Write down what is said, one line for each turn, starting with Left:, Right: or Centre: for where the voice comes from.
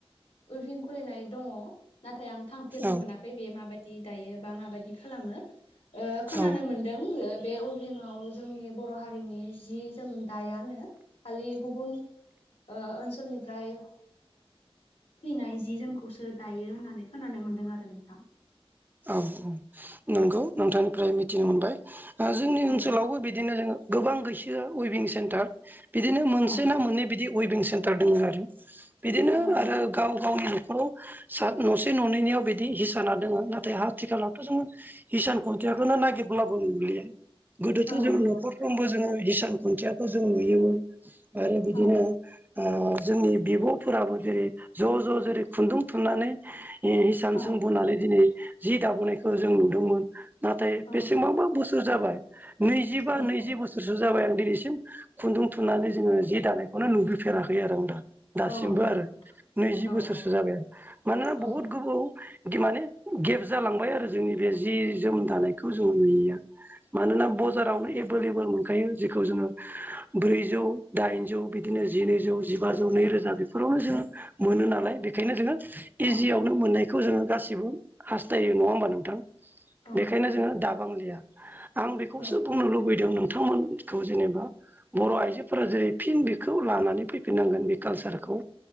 Left: उइभिं खुलिनाय दङ नाथाय आं थांफेरनो
Right: औ
Left: मोनाखै बे माबायदि दायो बा माबायदि खालामो खोनानो
Right: औ
Left: मोन बे उइभिंआव जोंनि बर' हारिनि जि जोम दायानो खालि गुबुन ओनसोलनिफ्राय फैनाय जि जोमखौसो दायो होननानै खोनानो मोन्दों आरो नोंथां
Right: औ औ नंगौ नोंथांनिफ्राय मिथिनो मोनबाय जोंनि ओनसोलावबो
Left: औ औ
Right: बिदिनो जोङो गोबां गैसो उइभिं सेन्टार बिदिनो मोनसे
Left: औ
Right: ना मोननै बिदि उइभिं सेन्टार दङ आरो बिदिनो
Left: औ नंगौ
Right: आरो गाव गावनि न'खराव न'से न'नैनियाव बिदि हिसाना दोङो नाथाय आथिखालावथ' जोङो हिसान खुन्थियाखौनो नागिब्लाबो नु गोदोथ'
Left: औ
Right: जों
Left: नंगौ
Right: न'खरफ्रोमबो
Left: नोंथां
Right: जोङो बिदि हिसान खुन्थियाखौ जों नुयोमोन आरो बिदिनो
Left: औ
Right: जोंनि बिब'फोराबो जेरै ज' ज' जेरै खुन्दुं थुननानै हिसान
Left: औ
Right: सों बोनानै दिनै जि दाबोनायखौ जों नुदोंमोन नाथाय
Left: औ
Right: बेसेबांबा
Left: नंगौ
Right: बोसोर जाबाय नैजिबा
Left: औ
Right: नैजि
Left: औ
Right: बोसोर। सोरसो जाबाय आं दिनैसिम खुन्दुं थुननानै जोङो जि दानायखौनो नुबोफेराखै आरो आं नोंथां दासिमबो
Left: औ नंगौ
Right: आरो
Left: नोंथां
Right: नैजि
Left: औ
Right: बोसोरसो
Left: औ
Right: जाबाय आरो मानोना
Left: औ
Right: बहुद
Left: औ
Right: गोबाव माने गेब जालांबाय आरो जोंनि बे जि जोम दानायखौ जों नुयैया मानोना बजारावनो एभेलेबल मोनखायो जेखौ जोङो ब्रैजौ दाइनजौ बिदिनो जिनैजौ जिबाजौ नैरोजा बेफोरावनो जोंङो मोनो नालाय बेखायनो जोङो
Left: औ
Right: इजियावनो मोननायखौ जोङो गासिबो हास्थायो नङा होमबा नोंथां
Left: औ
Right: बेखायनो
Left: नंगौ
Right: जोङो
Left: नोंथां
Right: दाबांलिया आं बेखौसो
Left: औ
Right: बुंनो लुबैदों नोंथांमोनखौ जेनेबा बर' आइजोफोरा जेरै फिन बेखौ लानानै फैफिननांगोन बे कालसारखौ